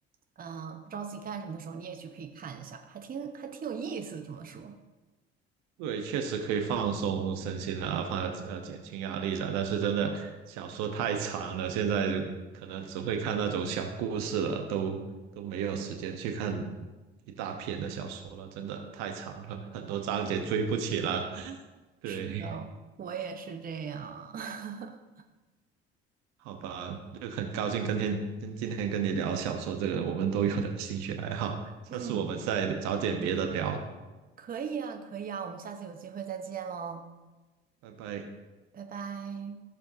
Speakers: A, on the right; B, on the right.
A: 嗯、呃不知道自己干什么的时候，你也去可以看一下，还挺还挺有意思，这么说。
B: 对，确实可以放松身心啊，放呃减轻压力啊。但是真的小说太长了，现在就可能只会看那种小故事了，都都没有时间去看一大篇的小说了，真的太长了，很多章节追不起了。对，
A: 是的，我也是这样。<laughs>
B: 好吧，就很高兴跟天今今天跟你聊小说这个我们都有的兴趣爱好，下次我们再找点别的聊，
A: 嗯，可以啊，可以啊，我们下次有机会再见喽，
B: 拜拜。
A: 拜拜。